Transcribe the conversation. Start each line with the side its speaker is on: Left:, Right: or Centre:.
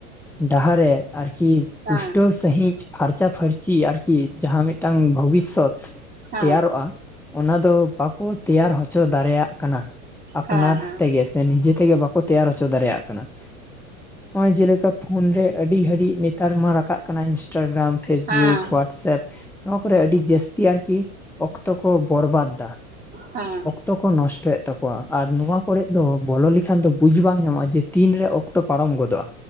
Centre: ᱰᱟᱦᱟᱨ ᱨᱮ ᱟᱨᱠᱤ
Right: ᱦᱮᱸ
Centre: ᱯᱩᱥᱴᱟᱹᱣ ᱥᱟᱟᱹᱦᱤᱡ ᱯᱷᱟᱨᱪᱟ ᱯᱷᱷᱟᱨᱪᱤ ᱟᱨᱠᱤ ᱡᱟᱦᱟᱸ ᱢᱤᱫᱴᱟᱝ ᱵᱷᱚᱵᱤᱥᱥᱚᱛ
Right: ᱦᱮᱸ
Centre: ᱛᱮᱭᱟᱨᱚᱜᱼᱟ᱾ ᱚᱱᱟ ᱫᱚ ᱵᱟᱠᱚ ᱛᱮᱭᱟᱨ ᱦᱚᱪᱚ ᱫᱟᱲᱮᱭᱟᱜ ᱠᱟᱱᱟ ᱟᱯᱱᱟᱨ
Right: ᱦᱮᱸ ᱦᱮᱸ
Centre: ᱛᱮᱜᱮᱥ᱾ ᱥᱮ ᱱᱤᱡᱮ ᱛᱮᱜᱮ ᱵᱟᱠᱚ ᱛᱮᱭᱟᱨ ᱦᱚᱪᱚ ᱫᱟᱲᱮᱭᱟᱜ ᱠᱟᱱᱟ᱾ ᱱᱚᱜ ᱚᱭ ᱡᱮᱞᱮᱠᱟ ᱯᱷᱳᱱ ᱨᱮ ᱟᱹᱰᱤ ᱜᱷᱟᱹᱲᱤᱡ ᱱᱮᱛᱟᱨ ᱢᱟ ᱨᱟᱠᱟᱵ ᱠᱟᱱᱟ ᱤᱱᱥᱴᱟᱜᱨᱟᱢ᱾ ᱯᱷᱮᱥᱵᱩᱠ
Right: ᱦᱮᱸ
Centre: ᱦᱳᱣᱟᱴᱥᱮᱯ ᱱᱚᱣᱟ ᱠᱚᱨᱮ ᱟᱹᱰᱤ ᱡᱟᱹᱥᱛᱤ ᱟᱨᱠᱤ ᱚᱠᱛᱚ ᱠᱚ ᱵᱚᱨᱵᱟᱫᱽ ᱫᱟ᱾
Right: ᱦᱮᱸ᱾
Centre: ᱡᱚ ᱠᱚ ᱱᱚᱥᱴᱚᱭᱮᱫ ᱛᱟᱠᱚᱣᱟ ᱟᱨ ᱱᱚᱣᱟ ᱠᱚᱨᱮ ᱫᱚ ᱵᱚᱞᱚ ᱞᱮᱠᱷᱟᱱ ᱫᱚ ᱵᱩᱡ ᱵᱟᱝ ᱧᱟᱢᱚᱜᱼᱟ ᱡᱮ ᱛᱤᱱᱨᱮ ᱚᱠᱛᱚ ᱯᱟᱨᱚᱢ ᱜᱚᱫᱚᱜᱼᱟ,